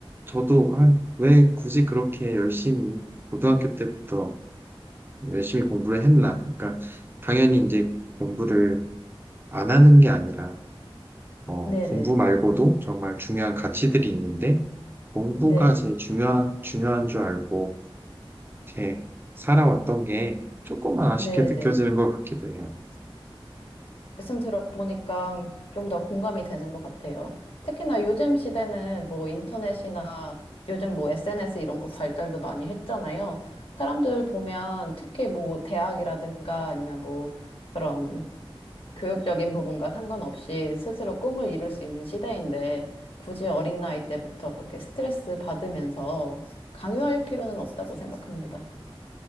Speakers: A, on the right; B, on the left.
A: 저도 아, 왜 굳이 그렇게 열심히, 고등학교 때부터 열심히 공부를 했나. 그러니까, 당연히 이제 공부를 안 하는 게 아니라, 어,
B: 네네.
A: 공부 말고도 정말 중요한 가치들이 있는데, 공부가
B: 네.
A: 제일 중요한, 중요한 줄 알고, 이렇게 살아왔던 게 조금만 아쉽게
B: 네네.
A: 느껴지는 것 같기도 해요.
B: 말씀 들어보니까 좀 더 공감이 되는 것 같아요. 특히나 요즘 시대는 뭐 인터넷이나 요즘 뭐 SNS 이런 거 발달도 많이 했잖아요. 사람들 보면 특히 뭐 대학이라든가 아니면 뭐 그런 교육적인 부분과 상관없이 스스로 꿈을 이룰 수 있는 시대인데 굳이 어린 나이 때부터 그렇게 스트레스 받으면서 강요할 필요는 없다고 생각합니다.